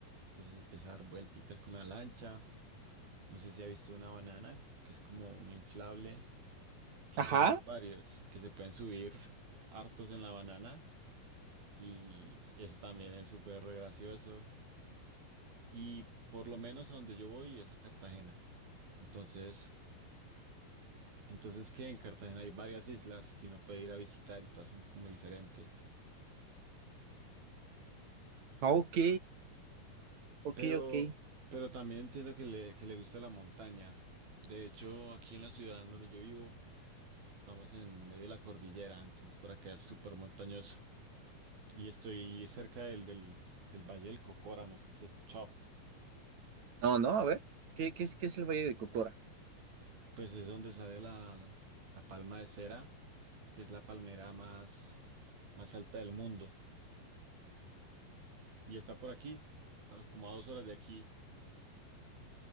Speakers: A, on the right; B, on the right.
A: entonces empieza a dar vuelticas con la lancha. No sé si ha visto una banana, que es como un inflable, que
B: Ajá,
A: son varios y que se pueden subir hartos en la banana. Y eso también es súper re gracioso. Y por lo menos a donde yo voy es a Cartagena. Entonces, entonces que en Cartagena hay varias islas que uno puede ir a visitar y todas son como diferentes.
B: Ah, ok, ok,
A: Pero,
B: ok.
A: pero también entiendo que le, que le gusta la montaña. De hecho, aquí en la ciudad en donde yo vivo, estamos en medio de la cordillera, entonces por acá es súper montañoso. Y estoy cerca del, del, del Valle del Cocora, no sé si has escuchado.
B: No, no, a ver, ¿qué, qué es, qué es el Valle de Cocora?
A: Pues es donde sale la, la palma de cera, que es la palmera más, más alta del mundo. Y está por aquí, a- como a dos horas de aquí. <laughs>